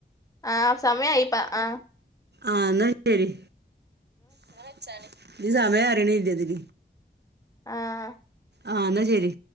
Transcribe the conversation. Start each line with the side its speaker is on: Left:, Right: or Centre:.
Left: ആഹ് സമയയിപ്പാ ആഹ
Right: ആഹ് എന്നാ ശരി എന്നാ വെച്ചാളി ഈ സമയറിയണ് ഇന്റെതിൽ
Left: ആഅ
Right: ആഹ എന്നാ ശരി